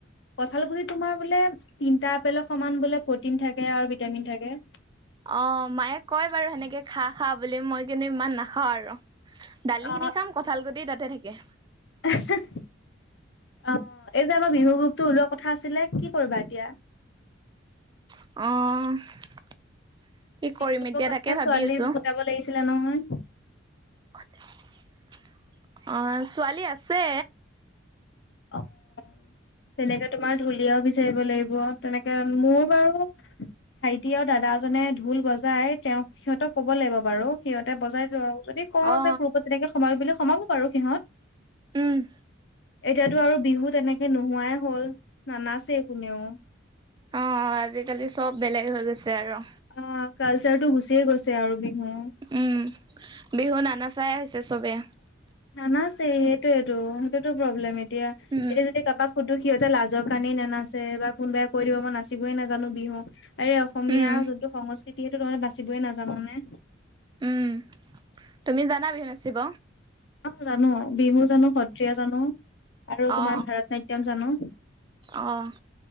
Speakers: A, on the left; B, on the right.
A: কঁঠাল গুটি তোমাৰ বোলে তিনিটা আপেলৰ সমান বোলে প্ৰটিন থাকে আৰু ভিটামিন থাকে
B: অ মায়ে কয় বাৰু সেনেকে খা খা বুলি মই কিন্তু ইমান নাখাওঁ আৰু দালিখিনি
A: অ
B: খাম কঁঠাল গুটি তাতে থাকে
A: আচ <unintelligible> অ', এই যে আমাৰ বিহু গ্ৰোপতটো ওলোৱা কথা আছিলে কি কৰিবা এতিয়া?
B: অঁ' কি
A: বিহু
B: কৰিম
A: গ্ৰুপৰ
B: এতিয়া
A: কাৰণে
B: তাকে ভাবি
A: ছোৱালী
B: আছো।
A: গোটাব লাগিছিলে নহয়
B: <unintelligible> অ', ছোৱালী আছে।
A: অ', তেনেকে তোমাৰ ঢুলীয়া বি বিচাৰিব লাগিব তেনেকে মোৰ বাৰু ভাইটি আৰু দাদাজনে ঢোল বজাই তেওঁক সিহঁতক কব লাগিব বাৰু সিহঁতে বজাই দিব আৰু। যদি কওঁ
B: অ
A: যে, গ্ৰপত তেনেকে সোমাবি বুলি সোমাব বাৰু সিহত।
B: উম।
A: এতিয়াতো আৰু বিহু তেনেকে নোহোৱাই হ'ল, নানাচেই কোনেও।
B: অ', আজিকালি চব বেলেগ হৈ গৈছে আৰু।
A: অ', কালচাৰ টো গুচিয়ে গৈছে আৰু বিহু।
B: উম, বিহু নানা চাই হৈছে চবে।
A: নানাচেই হেইটোয়েটো হেইটোতো প্ৰব্লেম এতিয়া এতিয়া
B: উম
A: যদি কাৰোবাক সুধু সিহঁতে লাজৰ কাৰণেই নানচ বা কোনোবাই কৈ দিব মই নাচিবই নাজানো বিহু। আৰে অসমীয়া
B: উম
A: যোনটো সংস্কৃতি, সেইটো তহতে বাচিবই নাজান নে।
B: উম তুমি জানা বিহু নাচীব?
A: অ', জানো বিহু জানো, সত্ৰীয়া জানো আৰু
B: অ
A: তোমাৰ ভাৰত নাট্যম জানো।
B: অ',